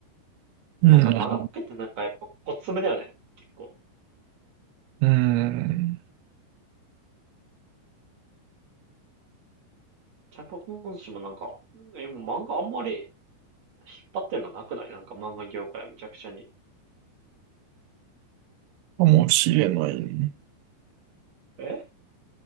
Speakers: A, on the right (about 85°); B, on the right (about 40°).
A: うん。
B: なんか、マガっぺってなんかやっぱ、小粒だよね。結構。
A: うーん。
B: キャパ今週もなんか、今漫画あんまり引っ張ってんのなくないなんか漫画業界はめちゃくちゃに。
A: かもしれないね。
B: え